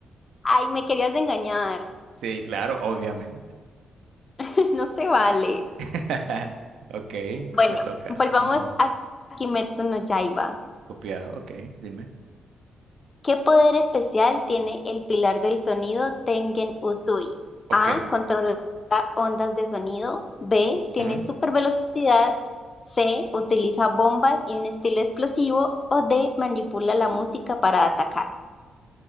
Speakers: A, on the left; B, on the right.
A: Ay, me querías engañar.
B: sí, claro, obviamente.
A: <laughs> No se vale.
B: <laughs> Ok,
A: Bueno,
B: me toca.
A: volvamos
B: Ujú.
A: a Kimetsu no Yaiba.
B: Copiado, ok, dime.
A: ¿Qué poder especial tiene el pilar del sonido Tengen Uzui?
B: Ok.
A: A. Controla ondas de sonido. B. Tiene
B: mm,
A: super velocidad. C. Utiliza bombas y un estilo explosivo. O D. Manipula la música para atacar.